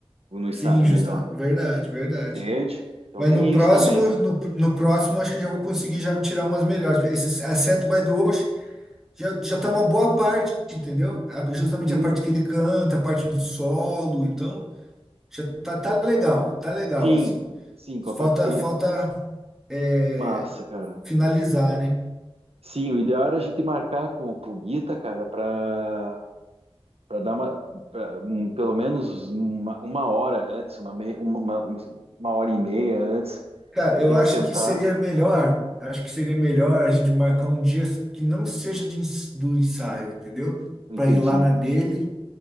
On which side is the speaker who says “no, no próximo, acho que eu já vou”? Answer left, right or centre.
Centre